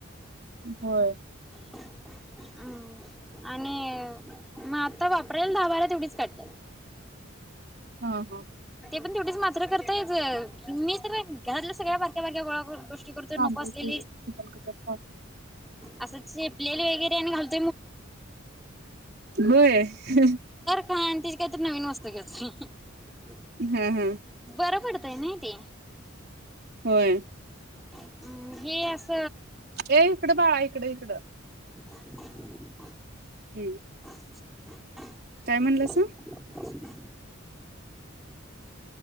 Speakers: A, on the right (about 50°); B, in the centre.
A: होय.
B: <unintelligible> आणि मग आता वापरल दहा बारा तेवढीच काढतात.
A: ह ह.
B: पण तेवढीच मात्र कर. ते ज मी तर घरातल्या <unintelligible> सगळ्या कर आपण <unintelligible> गोष्टी गोळा करतो
A: तांदूळ
B: नको असलेली
A: किचन कटर तांदूळ
B: असं चेपलेली वेगैरे पॅट घाल <unintelligible>
A: बय ह.
B: ते आणतील काहीतरी नवीन वस ते काय ह हम्म
A: हा हा
B: बरं पडत. ते नही ते
A: होय <unintelligible>
B: अम्म हे अस.
A: ए इकडं बाळा इकडं इकडं.
B: <unintelligible>
A: हम्म.
B: <unintelligible>
A: काय
B: <unintelligible>
A: म्हणलंस